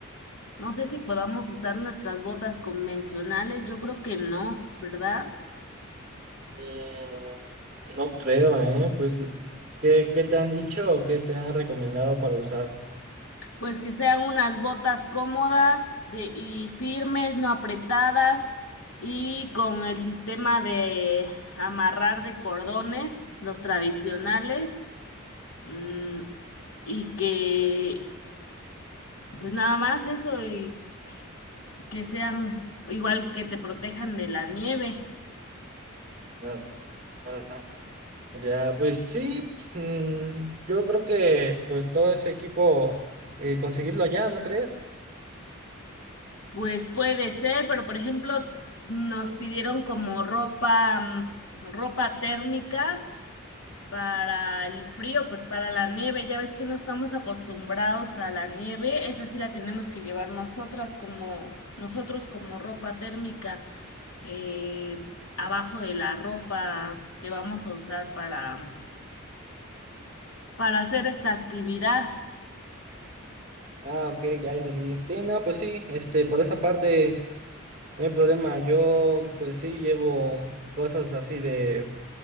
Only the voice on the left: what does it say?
no sé si podamos usar nuestras botas convencionales, yo creo que no, ¿verdad?
Pues que sean unas botas cómodas de, y firmes, no apretadas, y con el sistema de amarrar de cordones, los tradicionales, mm, y que, pues nada más eso, y que sean igual que te protejan de la nieve.
Pues puede ser, pero por ejemplo, nos pidieron como ropa, mm, ropa térmica Para el frío, pues para la nieve, ya ves que no estamos acostumbrados a la nieve, esa sí la tenemos que llevar nosotras como nosotros como ropa térmica eh, abajo de la ropa que vamos a usar para para hacer esta actividad.